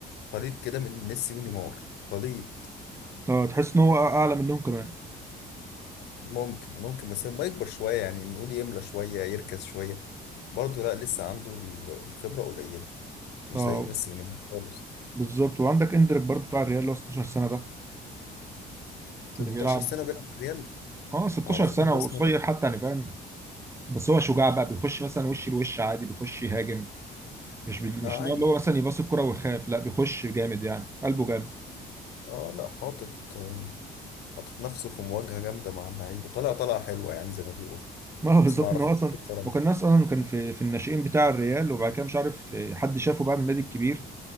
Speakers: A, on the left (about 75°); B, on the right (about 15°).
A: خليط كده من ميسي ونيمار خليط
B: اه تحس ان هو اعلى منهم كمان
A: ممكن ممكن بس لما يكبر شوية يعني نقول يملى شوية يركز شوية برضه لا لسه عنده ال- الخبرة قليلة مش
B: اه
A: زي ميسي ونيمار خالص
B: بالظبط وعندك اندريك برضو بتاع الريال اللي هو 16 سنة ده
A: 16
B: اللي بيلعب
A: سنة بيلعب في الريال
B: اه 16
A: معرفوش
B: سنة
A: ده
B: وقصير
A: اسمه ايه
B: حتى يعني فاهم بس هو شجاع بقى بيخش مثلا وش لوش عادي بيخش يهاجم مش بي...
A: ما
B: مش
A: عادي
B: اللي هو مثلا يباص الكرة ويخاف لا بيخش جامد يعني قلبه جامد
A: اه لا حاطط آه، حاطط نفسه في مواجهة جامدة مع اللعيبة طالع طالعة حلوة يعني زي ما بيقول
B: <laughs> ما هو بالظبط
A: بس معرفوش
B: ان هو اصلا
A: بصراحة
B: ما كان الناس اصلا كان في في الناشئين بتاع الريال وبعد كده مش عارف آه، حد شافه بقى من النادي الكبير